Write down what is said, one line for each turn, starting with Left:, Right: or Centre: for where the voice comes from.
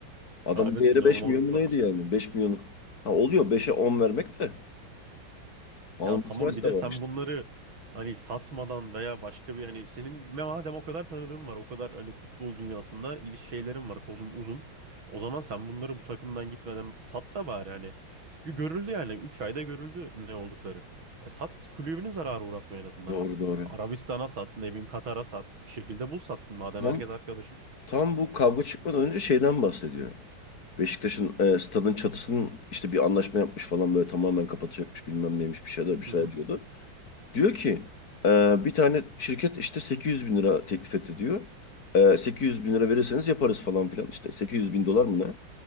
Left: Adamın
Right: Ya Evet
Left: değeri
Right: inanılmaz
Left: 5 milyon
Right: bir para
Left: mu neydi yani? 5 milyonluk. Ha oluyor beşe 10 vermek de. Almutrak
Right: Ya tamam bir
Left: da
Right: de sen
Left: var işte.
Right: bunları hani satmadan veya başka bir hani senin madem o kadar tanıdığın var o kadar hani futbol dünyasında iliş şeylerin var kolun uzun. O zaman sen bunları bu takımdan gitmeden sat da bari hani. Çünkü görüldü yani 3 ayda görüldü ne oldukları. E sat kulübünü zarara uğratma en azından.
Left: Doğru doğru.
Right: Arabistan'a sat ne bileyim Katar'a sat bir şekilde bul sat madem
Left: Tam,
Right: herkes arkadaşın.
Left: tam bu kavga çıkmadan önce şeyden bahsediyor. Beşiktaş'ın e, stadın çatısının işte bir anlaşma yapmış falan böyle tamamen kapatacakmış bilmem neymiş bir şeyler bir şeyler
Right: Hı hı
Left: diyordu. Diyor ki e, bir tane şirket işte sekiz yüz bin lira teklif etti diyor. E, sekiz yüz bin lira verirseniz yaparız falan filan işte sekiz yüz bin dolar mı ne?